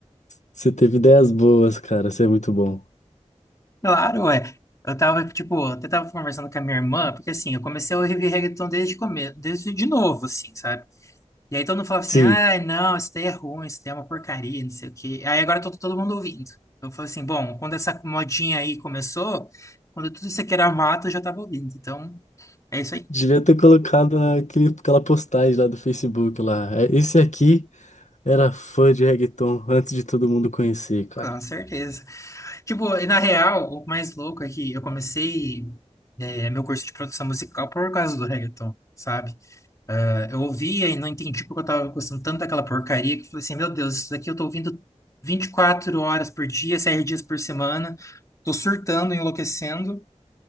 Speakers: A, on the left; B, on the left.
A: Você teve ideias boas, cara. Você é muito bom.
B: Claro, é. Eu tava, tipo, eu até tava conversando com a minha irmã, porque assim, eu comecei a ouvir reggaeton desde o começo, desde de novo, assim, sabe? E aí todo mundo falava assim,
A: Sim.
B: ai, não, isso daí é ruim, isso daí é uma porcaria, não sei o quê. Aí agora todo, todo mundo ouvindo. Eu falei assim, bom, quando essa modinha aí começou, quando tudo isso aqui era mato, eu já tava ouvindo. Então, é isso aí,
A: Devia ter colocado aquele, aquela postagem lá do Facebook lá. É, Esse aqui. Era fã de reggaeton antes de todo mundo conhecer, cara.
B: com certeza. Tipo, e na real, o mais louco é que eu comecei, é, meu curso de produção musical por causa do reggaeton, sabe? Eu ouvia e não entendi porque eu tava gostando tanto daquela porcaria que eu falei assim, meu Deus, isso daqui eu tô ouvindo 24 horas por dia, 7 dias por semana, tô surtando, enlouquecendo,